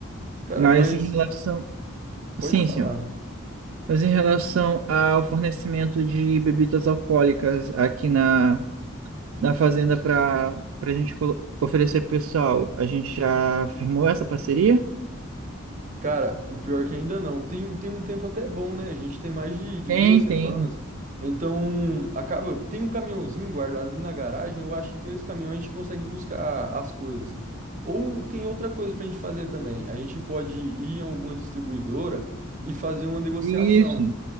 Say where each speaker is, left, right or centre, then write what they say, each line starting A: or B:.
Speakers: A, on the right (about 35°); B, on the right (about 70°).
A: Cara,
B: Mas
A: mas
B: em relação.
A: pode
B: Sim,
A: falar.
B: senhor. Mas em relação ao fornecimento de bebidas alcoólicas aqui na, na fazenda para para a gente colo- oferecer pro pessoal, a gente já firmou essa parceria?
A: Cara, o pior é que ainda não. Tem, tem um tempo até bom, né? A gente tem mais de, de
B: Tem,
A: duas semanas.
B: tem.
A: Então, acaba. Tem um caminhãozinho guardado ali na garagem. Eu acho que com esse caminhão a gente consegue buscar as coisas. Ou tem outra coisa pra gente fazer também. A gente pode ir em alguma distribuidora e fazer uma negociação.
B: Isso,